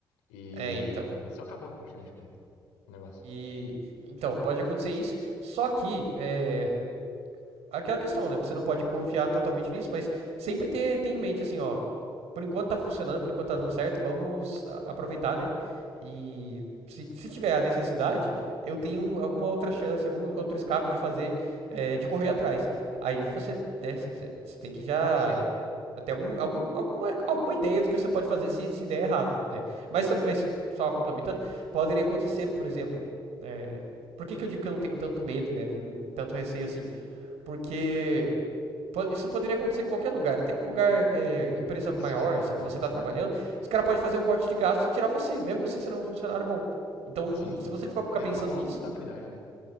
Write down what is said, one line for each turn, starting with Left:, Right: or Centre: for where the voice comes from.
Left: E
Right: É, então.
Left: isso acabou praticamente com o negócio.
Right: E então pode acontecer isso, só que é aquela questão, né? Você não pode confiar totalmente nisso, mas sempre ter, ter em mente assim, ó, por enquanto tá funcionando, por enquanto tá dando certo, vamos a- aproveitar, né? E se, se tiver a necessidade, eu tenho um- alguma outra chance, algum outro escape de fazer, é, de correr atrás. Aí você, né, você, você- você tem que já
Left: Eu não sei.
Right: ter algum, algum, alguma, alguma ideia do que você pode fazer se, se der errado, né? Mas, tam- mas só complementando, poderia acontecer, por exemplo, é, por que que eu digo que eu não tenho tanto medo, né, nem tanto receio assim? Porque isso poderia acontecer em qualquer lugar, até com um lugar, é, empresa maior,
Left: Isso que eu ia
Right: assim,
Left: falar.
Right: que você tá trabalhando, os caras podem fazer um corte de gasto e tirar você, mesmo você sendo um funcionário bom. Então,
Left: Sim.
Right: se você ficar ficar
Left: É
Right: pensando
Left: uma falsa
Right: nisso,
Left: estabilidade,
Right: né?
Left: né?